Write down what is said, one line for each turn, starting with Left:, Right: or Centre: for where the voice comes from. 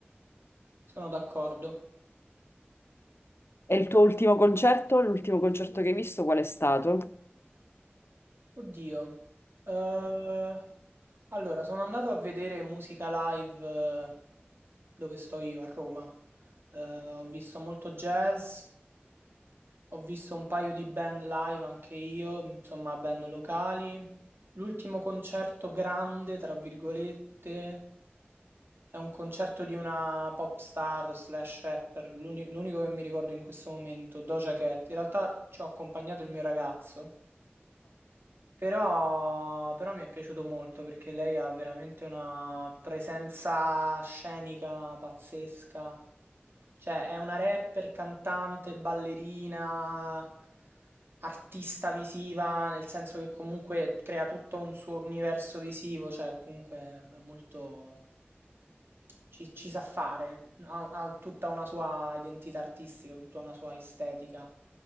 Right: sono d'accordo.
Left: E il tuo ultimo concerto, l'ultimo concerto che hai visto, qual è stato?
Right: Oddio. Eh, allora, sono andato a vedere musica live eh, dove sto io, a Roma. Eh, ho visto molto jazz, ho visto un paio di band live anche io, insomma, band locali. L'ultimo concerto grande, tra virgolette, è un concerto di una pop star slash rapper, l'uni- l'unico che mi ricordo in questo momento, Doja Cat. In realtà ci ho accompagnato il mio ragazzo. Però, però mi è piaciuto molto perché lei ha veramente una presenza scenica pazzesca. Cioè, è una rapper, cantante, ballerina, artista visiva, nel senso che comunque crea tutto un suo universo visivo, cioè comunque è molto... ci, ci sa fare, ha, ha tutta una sua identità artistica, tutta una sua estetica,